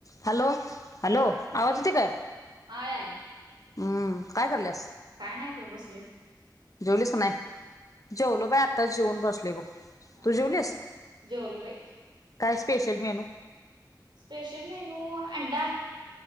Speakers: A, on the left (about 45°); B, on the right (about 80°).
A: हॅलो. हॅलो.
B: हा बोल
A: आवाज
B: की
A: येतोय काय?
B: हा यालय
A: हम्म. काय करलयास?
B: काय नाही बघ, बसलोय.
A: जेवलीस काय नाय? जेवलो बाई. आत्ताच जेऊन बसलोय बघ.
B: हा
A: तू
B: हा.
A: जेवलीस?
B: जेवलो बाई
A: काय स्पेशल मेनू?
B: स्पेशल मेनू, अंडा.